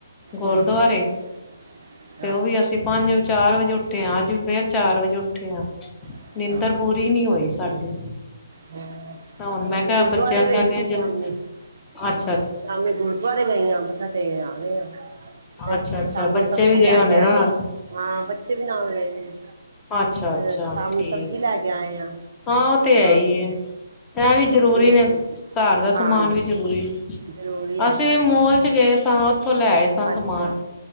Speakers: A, on the left (about 15°); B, on the right (about 50°).
A: ਗੁਰਦੁਆਰੇ
B: ਹਮ, ਅੱਛਾ
A: ਓਵੀ
B: ਹਮ,
A: ਅਸੀਂ ਪੰਜ-ਚਾਰ ਵਜੇ ਉੱਠੇ ਆਂ ਅੱਜ ਫੇਰ ਚਾਰ ਵਜੇ ਉੱਠੇ ਆ
B: ਅੱਛਾ
A: ਨੀਂਦਰ ਪੂਰੀ ਨੀ ਹੋਈ ਸਾਡੀ
B: ਹਾਂ।
A: ਤਾਂ ਹੁਣ
B: ਬਸ
A: ਮੈਂ ਕੇਆ
B: ਗੁਰਦੁਆਰੇ
A: ਬੱਚਿਆਂ ਨੂੰ
B: ਗਈ
A: ਕੈਂਨੇ
B: ਸੀ
A: ਆ ਜਲਦੀ
B: ਸ਼ਾਮੀ
A: ਸੋ,
B: ਹਾਂ
A: ਆਛ
B: ਸ਼ਾਮੀ ਗੁਰਦੁਆਰੇ ਗਏ ਆਂ ਮੱਥਾ ਟੇ ਆ ਗਏ ਆਂ ਤੇ
A: ਅੱਛਾ ਅੱਛਾ
B: ਸ਼ਾਮੀ
A: ਬੱਚੇ
B: ਸਬਜ਼ੀ
A: ਵੀ ਗਏ
B: ਲੈ
A: ਹੋਣੇ
B: ਕੇ ਆਏ
A: ਨਾ ਨਾਲ
B: ਆਂ ਹਾਂ ਬੱਚੇ ਵੀ ਨਾਲ ਗਏ ਸੀ।
A: ਆਛਾ-ਆਛਾ
B: ਅ ਸ਼ਾਮੀ
A: ਠੀਕ।
B: ਸਬਜ਼ੀ ਲੈ ਕੇ ਆਏ ਆਂ।
A: ਹਾਂ ਓ ਤੇ ਹੈ ਈ ਐ, ਐ ਵੀ
B: ਸਬਜ਼ੀ
A: ਜ਼ਰੂਰੀ
B: ਮੁੱਕ
A: ਨੇ
B: ਗਈ ਸੀ
A: ਘਰ ਦਾ
B: ਹਾਂ
A: ਸਮਾਨ ਵੀ ਜ਼ਰੂਰੀ ਐ।
B: ਜ਼ਰੂਰੀ ਆਏ
A: ਅਸੀਂ ਵੀ ਮੋਲ ਚ ਗਏ ਸਾਂ ਓਥੋਂ ਲੈ ਆਏ ਸਾਂ
B: ਅੱਛਾ
A: ਸਮਾਨ।